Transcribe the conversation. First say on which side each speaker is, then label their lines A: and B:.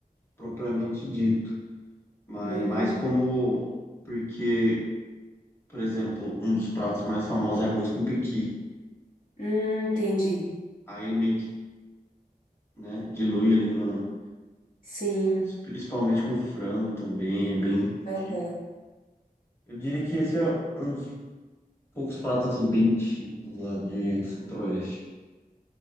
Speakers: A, on the left (about 15°); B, on the left (about 55°).
A: propriamente dito, mas
B: Hum,
A: mais como porque, por exemplo, um dos pratos mais famosos é arroz com pequi.
B: hum, entendi.
A: E Aí ele meio que, né, dilui ali no,
B: Sim,
A: principalmente com frango também, é bem
B: aham.
A: típico. Eu diria que esse é um dos poucos pratos assim bem típicos lá de do Centro-Oeste.